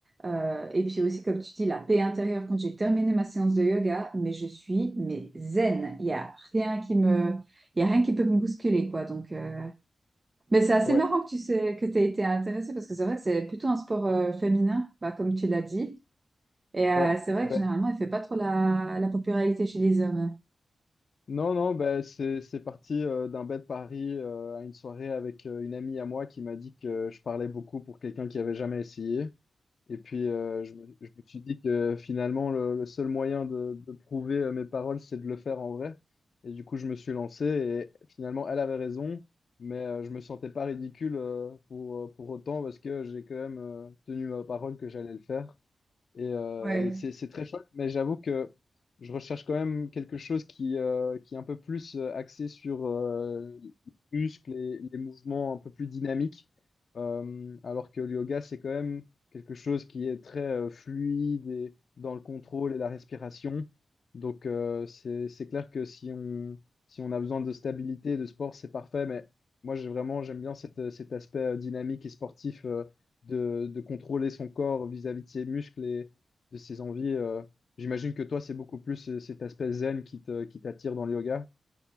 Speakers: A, on the right; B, on the left.
A: Euh, et puis aussi, comme tu dis, la paix intérieure quand j'ai terminé ma séance de yoga, mais je suis mais zen. Il y a rien qui me, il y a rien qui peut me bousculer, quoi. Donc, euh, mais c'est assez
B: Ouais,
A: marrant que tu sais que t'aies été intéressée parce que c'est vrai que c'est plutôt un sport euh, féminin, bah, comme tu l'as dit. Et euh,
B: ouais.
A: c'est vrai
B: Ben,
A: que généralement, il fait pas trop la, la popularité chez les hommes.
B: Non, non, ben, c'est, c'est parti euh, d'un bête pari euh, à une soirée avec euh, une amie à moi qui m'a dit que je parlais beaucoup pour quelqu'un qui avait jamais essayé. Et puis, euh, je me, je me suis dit que finalement, le, le seul moyen de, de prouver euh, mes paroles, c'est de le faire en vrai. Et du coup, je me suis lancé et finalement, elle avait raison, mais euh, je me sentais pas ridicule euh, pour, euh, pour autant parce que j'ai quand même euh, tenu ma parole que j'allais le faire. Et, euh,
A: Ouais.
B: et c'est c'est très chouette, mais j'avoue que je recherche quand même quelque chose qui, euh, qui est un peu plus euh, axé sur euh, les muscles et les mouvements un peu plus dynamiques. Euh, alors que le yoga, c'est quand même quelque chose qui est très euh, fluide et dans le contrôle et la respiration. Donc euh, c'est c'est clair que si on, si on a besoin de stabilité, de sport, c'est parfait. Mais moi, j'ai vraiment, j'aime bien cette- cet aspect euh, dynamique et sportif. euh, de, de contrôler son corps vis-à-vis de ses muscles de ses envies. euh, j'imagine que toi, c'est beaucoup plus euh, cet aspect zen qui te, qui t'attire dans le yoga.